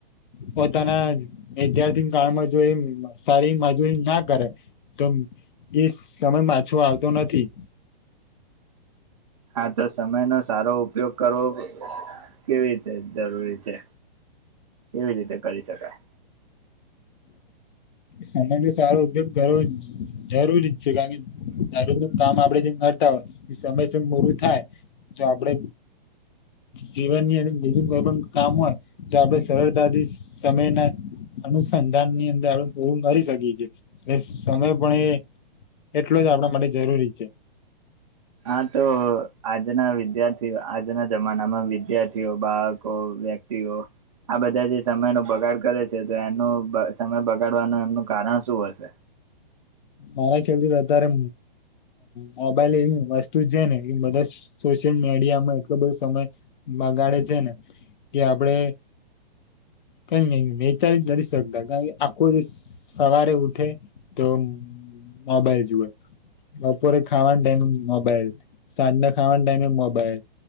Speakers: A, on the left; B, on the right.
A: પોતાના વિદ્યાર્થી કાળમા, જો એ સારી મજૂરી ના કરે તો એ સમય પાછો, આવતો નથી.
B: હા, તો સમયનો સારો ઉપયોગ કરવો કેવી રીતે જરૂરી છે. કેવી રીતે, કરી શકાય.
A: સમય નો સારો ઉપયોગ કરવો જરૂરી છે. કારણ કે દારું નું કામ આપડે જે ય એ સમય, સમ મોરુ થાય તો આપડે જીવન ની અદર બીજુ કોઈ પણ કામ હોય. તો આપડે સરળતાથી સમયના અનુસંધાનની અંદર આપણે પૂરું કરી શકીએ છીએ, એ સમય પણ એ એટલુ, જ આપણા માટે જરૂરી છે.
B: હા, તો આજના વિદ્યાર્થીઓ આજના જમાનામાં વિદ્યાર્થીઓ બાળકો વ્યક્તિઓ આ બધા જે સમયનો બગાડ કરે છે, તો એનું સમય બગાડવાનું એમનું કારણ શું હશે.
A: મારા, ખ્યાલથી અત્યારે મોબાઈલ એવી વસ્તુ છેને, એ બધા સોશિયલ મીડિયા માં એટલો બધો સમય બગાડે છેને, કે આપડે ક નહી વિચારી જ નથી. શકતા કારણ કે આખો સવારે ઉઠે તો હ, ભાઈ જુઓ. બપોરે ખાવાના ટાઈમે મોબાઈલ સાંજના ખાવાની, ટાઈમે મોબાઈલ